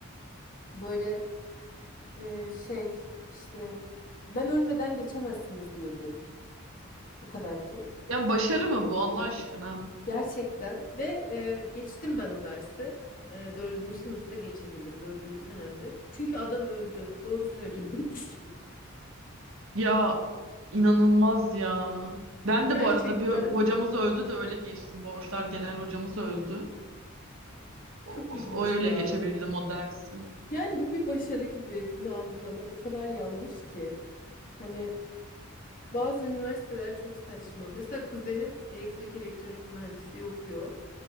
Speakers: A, on the left; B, on the right.
A: böyle e, şey işte ben ölmeden geçemezsiniz diyordu. O kadar ki.
B: Yani başarı mı bu Allah aşkına?
A: Gerçekten ve e, geçtim ben o dersi. E, dördüncü sınıfta geçebildim. Dördüncü senemde. Çünkü adam öldü. Doğru söylüyormuş.
B: Ya inanılmaz ya. Ben de
A: <laughs> Gerçekten
B: bu arada bir hocamız öldü de öyle geçtim. Borçlar genel hocamız öldü. O,
A: çok ilginç
B: o öyle
A: ya.
B: geçebildim o dersi.
A: Yani bu bir başarı gibi bunu algılamak o kadar yanlış ki. Hani bazı üniversiteler çok saçma. Mesela kuzenim elektrik elektronik mühendisliği okuyor.